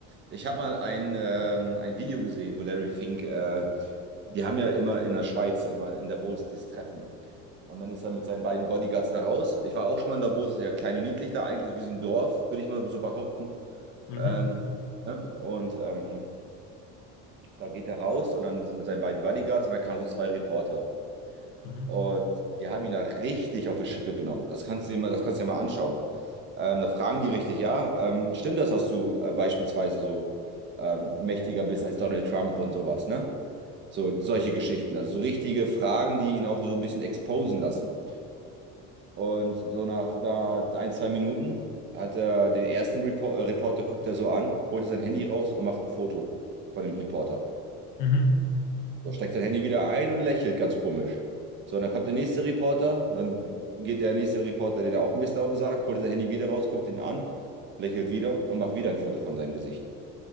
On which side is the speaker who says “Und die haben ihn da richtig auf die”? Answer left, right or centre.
Right